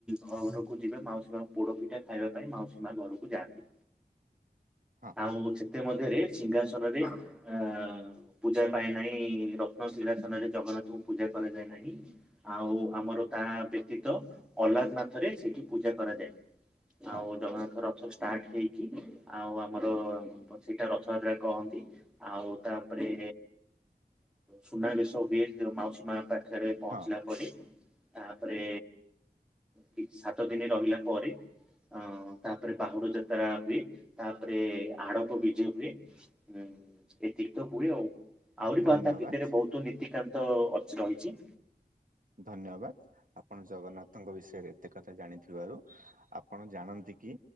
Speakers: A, in the centre; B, on the right.
A: ଘରକୁ ଯିବେ ମାଉସୀମା ପୋଡପିଠା ଖାଇବା ପାଇଁ ମାଉସୀମା ଘରକୁ ଯାଆନ୍ତି।
B: ହଁ
A: ଆଉ ସେତେ ମଧ୍ୟରେ ସିଂହାସ ରେ ଅ ପୂଜା ପାଇନାହିଁ। ରେ ରତ୍ନସିଂହାସନରେ ଜଗନ୍ନାଥଙ୍କୁ ପୂଜା କରାଯାଏ ନାହିଁ ଆଉ ଆମର ତା ବ୍ୟତୀତ ଅଲାରନାଥରେ ସେଠି ପୂଜା କରାଯାଏ।
B: ହଁ
A: ଆଉ ଜଗନ୍ନାଥଙ୍କ ରଥ ଷ୍ଟ ଷ୍ଟାର୍ଟ ହେଇକି ଆଉ ଆମର ସେଇଟା ରଥଯାତ୍ରା କହନ୍ତି, ଆଉ ତାପରେ ସୁନା ବେଶ ହୁଏ ଯଉ ମାଉସୀ ମା ପାଖରେ ପହଞ୍ଚିଲା
B: ହଁ
A: ପରେ। ତାପରେ କି ସାତ ଦିନ ରହିଲା ପରେ ଅ ତାପରେ ବାହୁଡ ଯାତ୍ରା ହୁଏ, ତାପରେ ଆଡବ ବିଜେ ହୁଏ ଉଁ ଏତିକି ତ ହୁଏ, ଆଉ। ଆହୁରି
B: ଧନ୍ୟବାଦ।
A: ପାନ୍ ତାତା ଭିତରେ ବହୁତ ନୀତିକା ତ ଅ ରହିଛି।
B: ଧନ୍ୟବାଦ। ଆ ଆପଣ ଜଗନ୍ନାଥଙ୍କ ବିଷୟରେ ଏତେ କଥା ଜାଣିଥିବାରୁ ଆପ ଆପଣ ଜାଣନ୍ତି କି